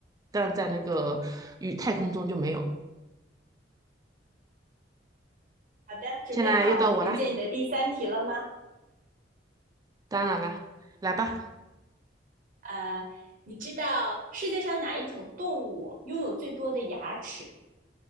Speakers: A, on the right (about 20°); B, on the right (about 50°).
A: 但在那个与太空中就没有。
B: 好的，准备好迎接你的第三题了吗？
A: 现在又到我了，当然了，来吧。
B: 呃，你知道世界上哪一种动物拥有最多的牙齿